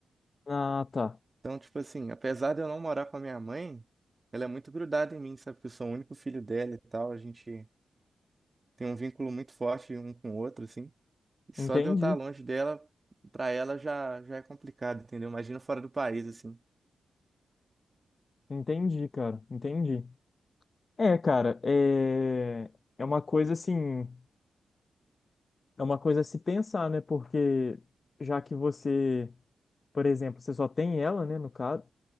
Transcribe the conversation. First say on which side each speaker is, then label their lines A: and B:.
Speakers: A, on the left; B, on the right.
A: Ah, tá.
B: Então, tipo assim, apesar de eu não morar com a minha mãe, ela é muito grudada em mim, sabe? Porque eu sou o único filho dela e tal. A gente tem um vínculo muito forte um com o outro, assim. E só
A: Entendi.
B: de eu estar longe dela, pra ela já, já é complicado, entendeu? Imagina fora do país, assim.
A: Entendi, cara. Entendi. É, cara, é, é uma coisa assim, é uma coisa a se pensar, né? Porque já que você, por exemplo, você só tem ela, né? No caso,